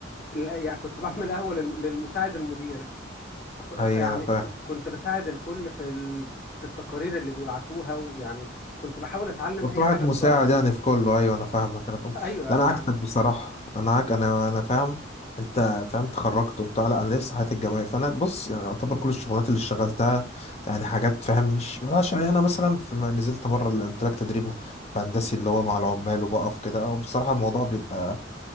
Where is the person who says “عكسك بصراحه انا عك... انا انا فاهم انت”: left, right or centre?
Left